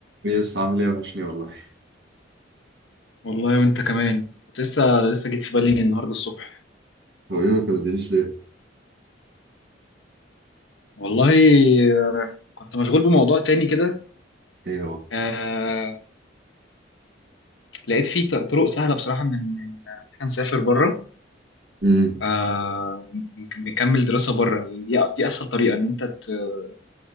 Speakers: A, on the right; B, on the left.
A: ايه يس عامل ايه وحش ليه والله
B: والله وانت كمان كنت لسه لسه جيت في بالي النهارده الصبح
A: هو ايه ما كلمتنيش ليه؟
B: والله آه، كنت مشغول بموضوع تاني كده
A: ايه هو
B: آه لقيت فيه ط- طرق سهله بصراحه من من ان احنا نسافر بره
A: امم
B: آه ونك- نكمل دراسه بره دي دي اسهل طريقه ان انت ت-